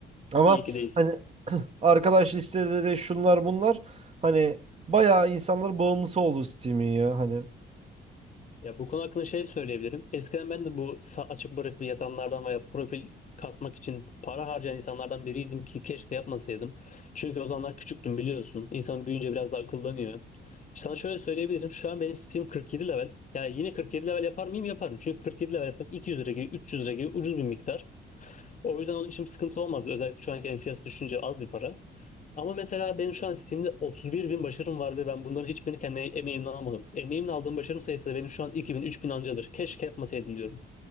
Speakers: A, on the right; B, on the left.
A: Ama
B: İyi ki değil.
A: hani <clears throat> arkadaş listeleri şunlar bunlar hani bayağı insanlar bağımlısı oldu Steam'in ya hani.
B: Ya bu konu hakkında şey söyleyebilirim. Eskiden ben de bu sa- açık bırakıp yatanlardan veya profil kasmak için para harcayan insanlardan biriydim ki keşke yapmasaydım. Çünkü o zamanlar küçüktüm biliyorsun. İnsan büyüyünce biraz daha akıllanıyor. Sana şöyle söyleyebilirim. Şu an benim Steam 47 level. Yani yine 47 level yapar mıyım? Yaparım. Çünkü 47 level yapmak 200 lira gibi, 300 lira gibi ucuz bir miktar. O yüzden onun için bir sıkıntı olmaz. Özellikle şu anki enflasyon düşünce az bir para. Ama mesela benim şu an Steam'de 31 bin başarım var ve ben bunların hiçbirini kendi emeğimle almadım. Emeğimle aldığım başarım sayısı da benim şu an 2000 bin ancadır. Keşke yapmasaydım diyorum.